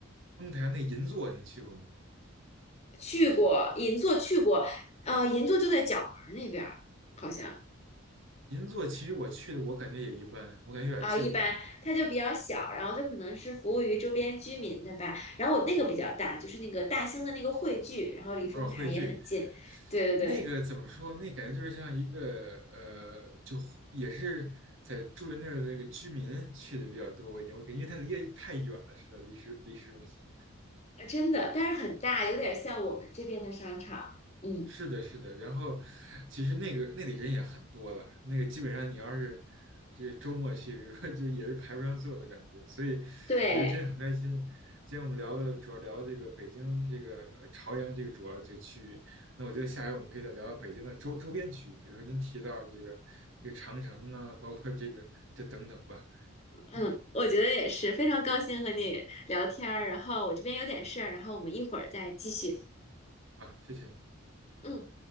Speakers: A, on the right; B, on the left.
A: 丰台那银座您去过吗？
B: 去过银座去过，呃，银座就在角门那边儿，好像
A: 银座其实我去的，我感觉也一般，我感觉有点旧，
B: 啊，一般它就比较小，
A: 我感觉。
B: 然后就可能是服务于周边居民的吧，然后我那个比较大，就是那个大兴的那个汇聚，然后离丰台也很近，
A: 偶尔汇聚，
B: 对对
A: 那个怎么说？那感觉就是像一个呃，就也是在住在那儿的那个居民去的比较多一点。我感觉因为它离得太远了，是的，离市离市中心。
B: 对，真的，但是很大，有点像我们这边的商场，嗯，
A: 是的，是的。然后，其实那个那里人也很多了，那个基本上你要是这个周末去，比如说就也是排不上座的感觉。所以，
B: 对。
A: 我觉得今天很开心。今天我们聊了，主要聊了这个北京这个呃朝阳这个主要这个区域。那我觉得下回我们可以再聊聊北京的周周边区域，比如说您提到这个这个长城啊，包括这个这等等吧。
B: 嗯，
A: 嗯，
B: 我觉得也是，非常高兴和你聊天儿。然后我这边有点事儿，然后我们一会儿再继续。
A: 啊，谢谢。
B: 嗯。